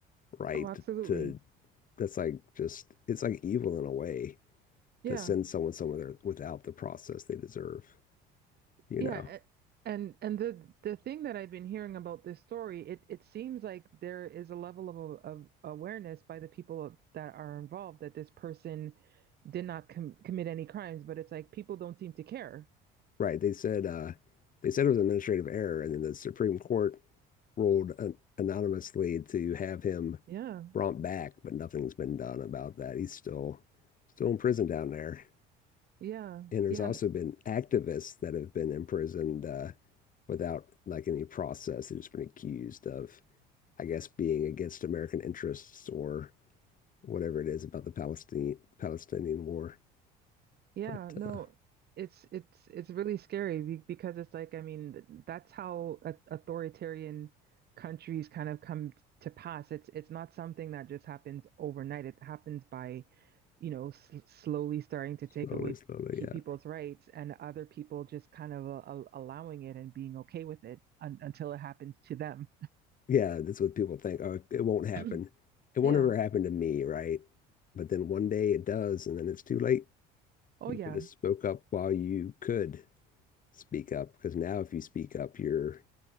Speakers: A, on the left; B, on the right.
A: right
B: oh absolutely
A: to that's like just it's like evil in a way
B: yeah
A: to send someone somewhere without the process they deserve, you
B: Yeah,
A: know.
B: a- and and the the thing that I've been hearing about this story, it it seems like there is a level of, of awareness by the people that are involved that this person did not com commit any crimes, but it's like people don't seem to care.
A: Right. They said uh they said it was an administrative error and then the Supreme Court ruled an anonymously to have him
B: Yeah,
A: brought back, but nothing's been done about that. He's still still in prison down there.
B: yeah,
A: And there's
B: yeah.
A: also been activists that have been imprisoned uh, without like any process. They've just been accused of, I guess, being against American interests or whatever it is about the Palestinian Palestinian war.
B: Yeah,
A: But
B: no,
A: uh,
B: it's it's it's really scary be- because it's like I mean th- that's how a authoritarian countries kind of come t- to pass. It's it's not something that just happens overnight. It happens by, you know, sl slowly starting to take
A: slowly,
B: away
A: slowly,
B: pe
A: yeah,
B: people's rights and other people just kind of uh, al- allowing it and being okay with it un until it happens to them.
A: yeah, that's what people think. Oh, it won't happen.
B: <clears throat>
A: It won't
B: Yeah.
A: ever happen to me, right? But then one day it does, and then it's too late.
B: Oh
A: You
B: yeah.
A: should have spoke up while you could speak up, because now if you speak up, you're